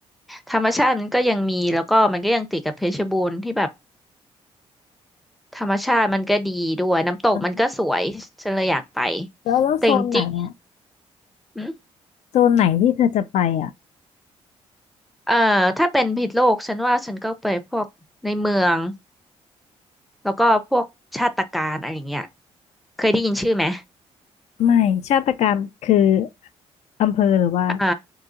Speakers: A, in the centre; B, on the left.
A: ธรรมชาติมันก็ยังมี แล้วก็มันก็ยังติดกับเพชรบูรณ์ที่แบบธรรมชาติมันก็ดีด้วยน้ำตกมันก็สวยฉันเลยอยากไป
B: อ่ะแล้วแล้วโซนไหนอ่ะ
A: แต่จริงๆ
B: โซนไหนที่เธอจะไปอ่ะ
A: เอ่อถ้าเป็นผิษโลกฉันว่าฉันก็ไปพวกในเมืองแล้วก็พวกชาติการอะไรอย่างเงี้ยเคยได้ยินชื่อไหม
B: ไม่ชาตการคืออำเภอหรือว่า
A: อ่า